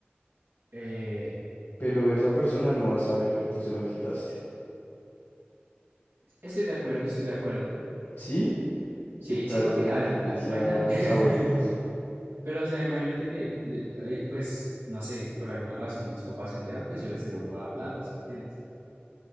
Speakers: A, on the right (about 70°); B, on the left (about 80°).
A: Eh,
B: pero esa persona no va a saber que tú se lo quitaste.
A: estoy de acuerdo, estoy de acuerdo.
B: ¿Sí?
A: Sí,
B: ¿Qué tal
A: sí, porque,
B: se lo
A: a
B: quites
A: ver, a- imagina,
B: a
A: <laughs>
B: los abuelitos?
A: pero, o sea, imagínate que, eh, eh, pues, no sé, por alguna razón mis papás se enteran, pues yo les devuelvo la plata, ¿sí me entiendes?